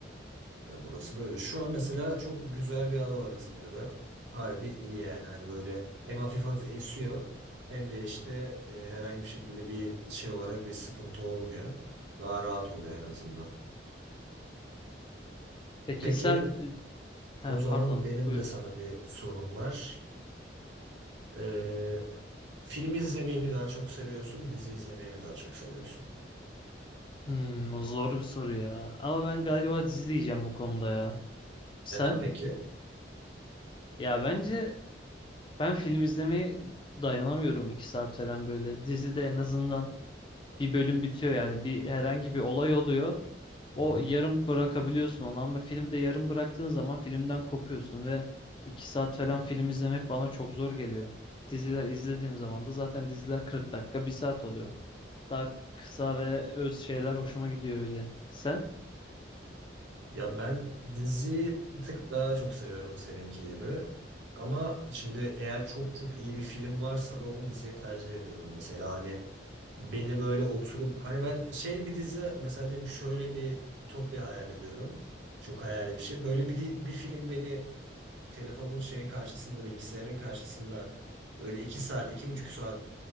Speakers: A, on the right (about 80°); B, on the left (about 25°).
A: Ya burası böyle. Şu an mesela çok güzel bir hava var İzmir'de. Harbi iyi yani. Hani böyle hem hafif hafif esiyor hem de işte e, herhangi bir şekilde bir şey olarak bir sıkıntı olmuyor. Daha rahat oluyor en azından.
B: Peki
A: Peki
B: sen... e, Ha
A: o zaman
B: pardon
A: benim
B: buyur.
A: de sana bir sorum var. E, film izlemeyi mi daha çok seviyorsun, dizi izlemeyi mi daha çok seviyorsun?
B: Hmm, o zor bir soru ya. Ama ben galiba dizi diyeceğim bu konuda ya. Sen?
A: Neden peki?
B: Ya bence ben film izlemeye dayanamıyorum iki saat falan böyle. Dizide en azından bir bölüm bitiyor yani bir herhangi bir olay oluyor.
A: Hı.
B: O yarım bırakabiliyorsun onu ama filmde yarım bıraktığın zaman filmden kopuyorsun ve iki saat falan film izlemek bana çok zor geliyor. Diziler izlediğim zaman da zaten diziler 40 dakika bir saat oluyor. Daha kısa ve öz şeyler hoşuma gidiyor öyle. Sen?
A: Ya ben dizi bir tık daha çok seviyorum seninki gibi. Ama şimdi eğer çok çok iyi bir film varsa da onu diziye tercih ediyorum mesela. Hani beni böyle oturup hani ben şey bir dizi mesela diyelim ki şöyle bir ütopya hayal ediyorum. Çok hayali bir şey. Böyle bir, bir film beni telefonun şeyin karşısında, bilgisayarın karşısında böyle iki saat, iki buçuk saat